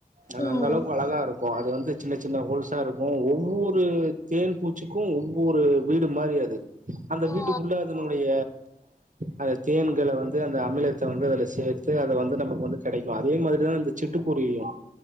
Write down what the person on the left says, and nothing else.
ம்
ம்
ஆ